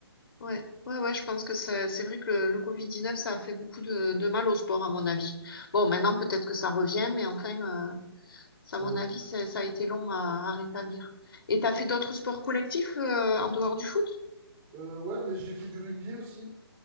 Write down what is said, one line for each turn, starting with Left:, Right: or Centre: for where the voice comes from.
Left: Ouais, ouais, ouais, je pense que c'est c'est vrai que le, le Covid-19, ça a fait beaucoup de, de mal au sport, à mon avis. Bon, maintenant, peut-être que ça revient, mais enfin, euh, ça, à
Right: On-
Left: mon avis, ça, ça a été long à, à rétablir. Et t'as fait d'autres sports collectifs euh, en dehors du foot?
Right: euh, ouais, mais j'ai fait du rugby aussi.